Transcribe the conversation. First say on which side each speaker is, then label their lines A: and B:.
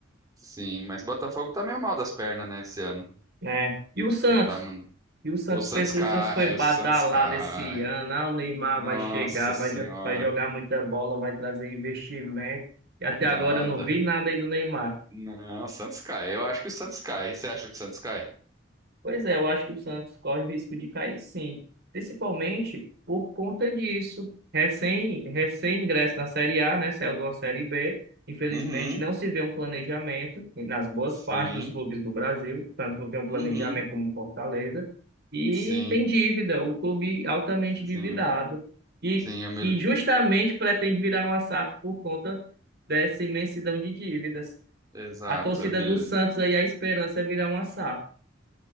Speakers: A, on the right (about 20°); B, on the right (about 55°).
A: Sim, mas o Botafogo tá meio mal das pernas, né, esse ano.
B: É. E o Santos?
A: Não tá, mano.
B: E o Santos
A: O Santos
B: pensou,
A: cai,
B: o Santos foi badalado
A: o Santos cai.
B: esse ano. Ah, o Neymar
A: Nossa
B: vai chegar,
A: senhora.
B: vai, jo- vai jogar muita bola, vai trazer investimento. E até
A: Nada.
B: agora eu não vi nada aí do Neymar.
A: Não, o Santos cai. Eu acho que o Santos cai. Você acha que o Santos cai?
B: Pois é, eu acho que o Santos corre risco de cair, sim. Principalmente por conta disso. Recém, recém-ingresso na Série A, né? Saiu de uma Série B. Infelizmente,
A: Uhum.
B: não se vê um planejamento nas boas
A: Sim.
B: partes dos clubes do Brasil. Tanto não tem um planejamento
A: Uhum.
B: como o Fortaleza. E
A: Sim.
B: tem dívida, o clube altamente endividado.
A: Sim.
B: E,
A: Sim, é mel-
B: e justamente pretende virar uma SAF por conta dessa imensidão de dívidas.
A: Exato.
B: A torcida
A: É mel-
B: do Santos aí, a esperança é virar uma SAF.